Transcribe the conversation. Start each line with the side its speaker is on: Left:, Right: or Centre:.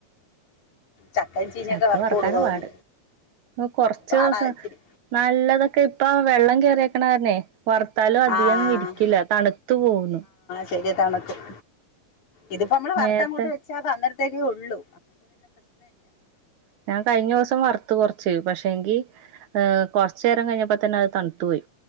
Left: ചക്കയും ചീനിയൊക്കെ
Right: ചക്ക
Left: വറുത്ത്
Right: വറക്കാനാ
Left: കൊടുക്കും
Right: പാട് കുറച്ച്
Left: പാടാ
Right: ദിവസം
Left: ഇച്ചിരി
Right: നല്ലതൊക്കെ ഇപ്പ വെള്ളം കേറിയക്കണ കാരണെ വറുത്താലും അധികം
Left: ആഹ്
Right: ഇരിക്കില്ല തണുത്തു പോകുന്നു
Left: ശെരിയ തണുക്കും ഇതിപ്പോ നമ്മള് വരുത്തങ്ങോട്ട്
Right: നേരത്തെ
Left: വെച്ച അത് അന്നേരത്തേക്ക് ഒള്ളു
Right: ഞാൻ കഴിഞ്ഞ ദിവസം വറുത്ത് കൊറ ച്ചു പക്ഷെ എങ്കിൽ ഏഹ് കൊറച്ചു നേരം കൈഞ്ഞപ്പ തന്നെ അത് തണുത്തു പോയി